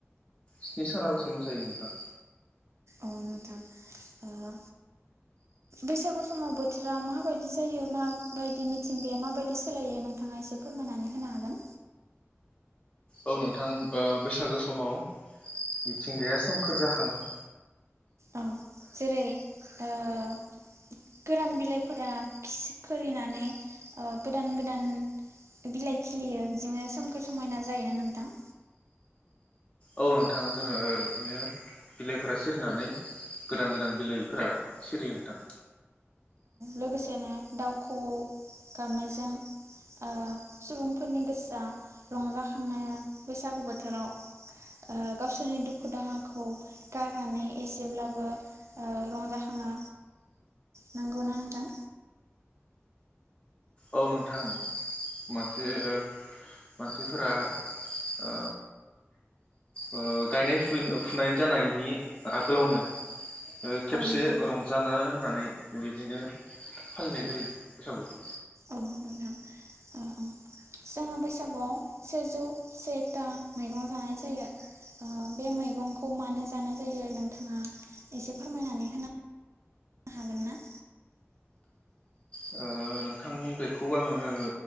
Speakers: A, on the left; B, on the right.
A: स्नि सानालासे मोसायो नोंथां।
B: अ नोंथां ओ बैसागु समाव बोथोरा माबायदि जायो माबायदि मिथिंगाया माबायदि सोलायो नोंथाङा एसे फोरमायनानै होनो हागोन।
A: औ नोंथां ओ बैसागो समाव मिथिंगाया सोमखोर जाखाङो।
B: औ जेरै ओ गोरान बिलाइफोरा खि-खोरिनानै ओ गोदान गोदान बिलाइ खिलियो बिदिनो सोमखोर समायना जायोना नोंथां?
A: औ नोंथां जोङो बिदिनो बिलाइफोरा सिरिनानै गोदान गोदान बिलाइफोरा सिरियो नोंथां।
B: लोगोसेनो दाउ खौवौ गाबनायजों ओ सुबुंफोरनि गोसोआ रंजाखांनाय बैसागु बोथोराव ओ गावसोरनि दुखु दाहाखौ गारनानै एसेब्लाबो ओ रंजाखाङो नंगौना? थां।
A: औ नोंथां मानसि ओ मानसिफोरा ओ ओ गायनाय फुनाय जानायनि आगोलावनो। ओ खेबसे
B: औ नोंथां
A: रंजानो होननानै बिदिनो फालिनाय जायो बैसागुखौ।
B: औ नोंथां जोङो बैसागुआव सेजौ सेथा मैगं जानाय जायो बे मैगंखौ मानो जानाय जायो नोंथाङा एसे फोरमायनानै होन हागोन ना
A: ओ नोंथां बेखौ आङो